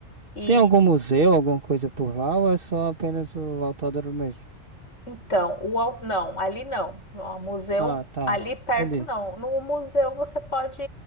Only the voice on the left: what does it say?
e
Então, o, au- não, ali não. O museu,
ali perto
não. No museu você pode.